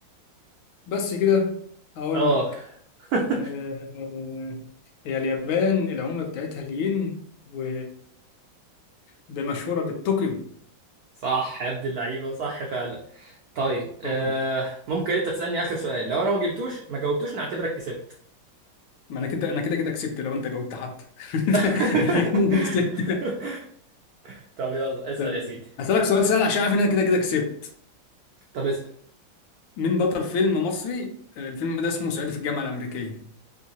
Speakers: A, on the left; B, on the right.
A: بس كده هقول
B: اه
A: لك.
B: <laughs>
A: آه هي اليابان العملة بتاعتها الين و ده مشهورة بالطوكيو
B: صح يا ابن اللعيبه صح فعلا طيب آه
A: طوكيو
B: ممكن انت تسالني اخر سؤال لو انا ما جبتوش ما جاوبتوش نعتبرك كسبت
A: ما أنا كده أنا كده كده كسبت لو أنت جاوبت حتى <laughs>
B: <laughs>
A: أنا كده كسبت.
B: طب يلا اسأل
A: طيب
B: يا سيدي
A: هسألك سؤال سهل عشان عارف إن أنا كده كده كسبت
B: طب اسأل
A: مين بطل فيلم مصري آه، الفيلم ده اسمه صعيدي في الجامعه الامريكيه